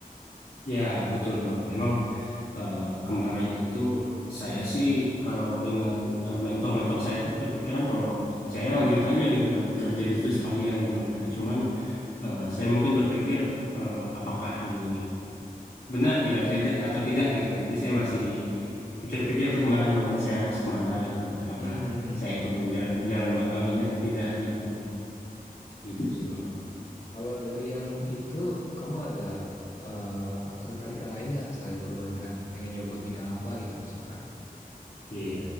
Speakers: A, on the left; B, on the left.
A: Ya, betul Bang. Memang eh, kemarin itu saya sih kalau dengan eh, mentor-mentor saya tuh berpikiran kalau saya lanjut aja gitu kan, kerja di situ sekalian gitu kan. Cuman eh, saya mungkin berpikir eh, apakah ini benar gitu atau tidak atau tidak gitu kan. Jadi saya masih pikir-pikir tuh kemarin Bang, ini saya harus kemana gitu kan. Apakah
B: Hmm.
A: saya ikutin jalan jalan magang ini atau tidak gitu. Gitu sih Bang.
B: Kalau dari yang itu, kamu ada eh, ketertarikan lain nggak selain perbankan? Pengen nyoba bidang apa gitu misalkan?
A: Iya.